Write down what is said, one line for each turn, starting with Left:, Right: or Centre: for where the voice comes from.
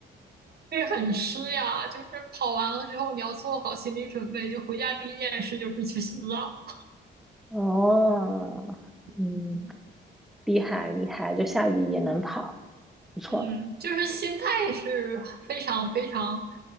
Right: 会很湿呀，就是跑完了之后，你要做好心理准备，就回家第一件事就是去洗澡。
Centre: 哦，
Right: <laughs>
Centre: 嗯。
Right: 嗯，
Centre: 厉害厉害，就下雨也能跑，不错。
Right: 嗯就是心态是非常非常，